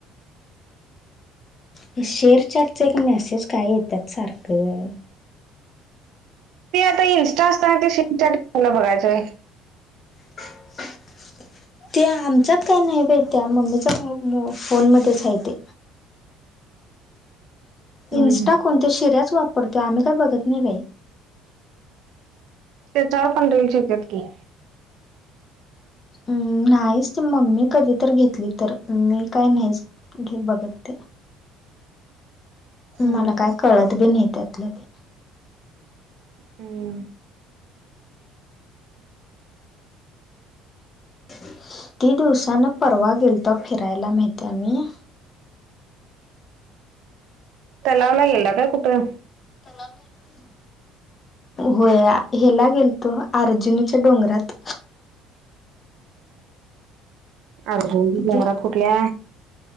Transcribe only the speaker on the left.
हे शेअर चॅटच एक मेसेज काय येत्यात सारखं
<inaudible> ते आमच्यात काय नाय बय त्या मम्मीच्या मो मो फोनमध्येच हाय ते
इन्स्टा
कोण त्या शिऱ्याच वापरतो आम्ही काय बघत नाय बाई.
अम्मं नाहीच ते मम्मी कधी तर घेतली तर मी काय नाहीच घे बघत ते
मला काय कळत बी नाय त्यातलं ते
कीती दिवसानं परवा गेलतो फिरायला माहितीय आम्ही
तलाव नाय होय हेला गेलतो अर्जुनीच्या डोंगरात
ते